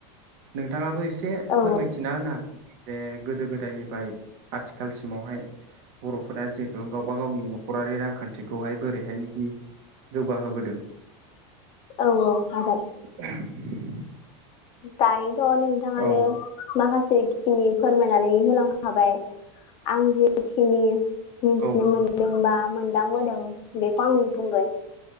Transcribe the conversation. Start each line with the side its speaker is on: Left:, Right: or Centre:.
Right: नोंथाङाबो एसे
Left: औ
Right: फोरमायथिना होना जे गोदो गोदायनिफाय आथिखालसिमावहाय बर'फोरा जिहेतु गावबा गावनि न'खरारि रांखान्थिखौहाय बोरैहायनोखि जौगाहोबोदों
Left: औ औ हागोन।
Right: <unintelligible>
Left: दायोथ' नोंथाङानो
Right: औ
Left: माखासेखिनि फोरमायनानै होलां खाबाय आं जेखिनि मिथिनो
Right: औ
Left: मोनदों बा मोनदांबोदों बेखौ आं बुंगोन